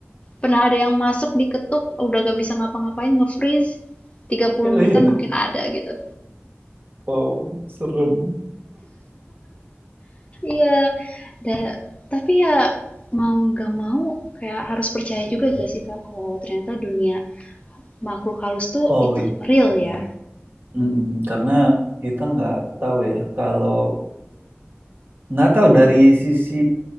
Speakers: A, on the left (about 30°); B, on the right (about 50°).
A: pernah ada yang masuk diketuk udah gak bisa ngapa-ngapain nge-freeze tiga puluh
B: Eh,
A: menitan
B: Iya,
A: mungkin ada gitu.
B: wow, serem.
A: Iya, da tapi ya mau nggak mau kayak harus percaya juga gak sih Kak, kalau ternyata dunia makhluk halus tuh
B: Oh
A: itu
B: iya,
A: real
B: benar.
A: ya.
B: Mm-mm, Karena kita nggak tahu ya, kalau Nggak tahu dari sisi